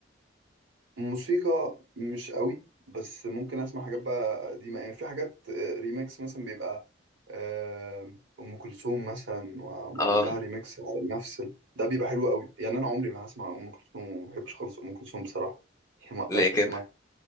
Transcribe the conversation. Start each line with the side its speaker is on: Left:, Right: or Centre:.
Right: موسيقى مش قوي بس ممكن اسمع حاجات بقى قديمه يعني في حاجات آه، ريميكس مثلا بيبقى آه، ام كلثوم مثلا ومعمول
Left: اه
Right: لها ريميكس على نفس ال- ده بيبقى حلو قوي يعني انا عمري ما هسمع ام كلثوم وما بحبش خالص ام كلثوم بصراحه يعني ما اقدرش
Left: ليه كده
Right: اسمع